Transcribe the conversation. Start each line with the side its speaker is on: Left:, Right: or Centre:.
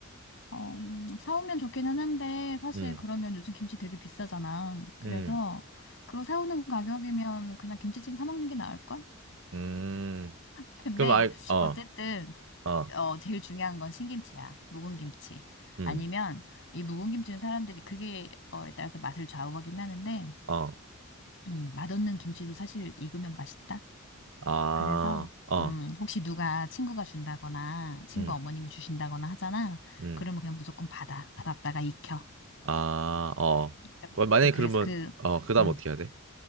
Left: 어, 음, 사오면 좋기는 한데, 사실
Right: 음.
Left: 그러면 요즘 김치 되게 비싸잖아. 그래서
Right: 음.
Left: 그거 사오는 가격이면 그냥 김치찜 사 먹는 게 나을걸?
Right: 음.
Left: 근데
Right: 그럼 아이 어.
Left: 어쨌든,
Right: 어.
Left: 어, 제일 중요한 건 신김치야. 묵은 김치.
Right: 음.
Left: 아니면 이 묵은 김치는 사람들이 그게 어에 따라서 맛을 좌우하긴 하는데,
Right: 어.
Left: 음, 맛없는 김치도 사실 익으면 맛있다.
Right: 아.
Left: 그래서
Right: 어.
Left: 음, 혹시 누가 친구가 준다거나 친구
Right: 음.
Left: 어머님이 주신다거나 하잖아.
Right: 음.
Left: 그러면 그냥 무조건 받아. 받았다가 익혀.
Right: 아, 어.
Left: 익혔-
Right: 그럼 만약에
Left: 그래서
Right: 그러면
Left: 그
Right: 어, 그다음
Left: 음,
Right: 어떻게 해야 돼?